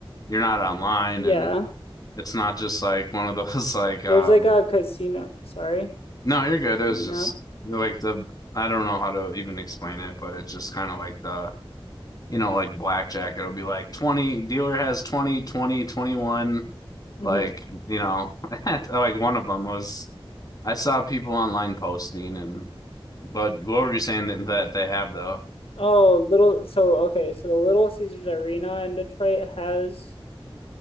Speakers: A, on the left; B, on the left.
A: you're not online
B: Yeah,
A: and it's not just like one of those <laughs> like
B: there's
A: um
B: like a casino. Sorry,
A: no, you're good.
B: I didn't
A: It was just
B: interrupt.
A: like the I don't know how to even explain it, but it's just kind of like the, you know, like blackjack. It'll be like 20 dealer has 20, 20, 21.
B: hmm
A: like, you know, <laughs> like one of them was I saw people online posting and but what were you saying that, that they have though?
B: Oh, little. So okay, so the Little Caesars Arena in Detroit has,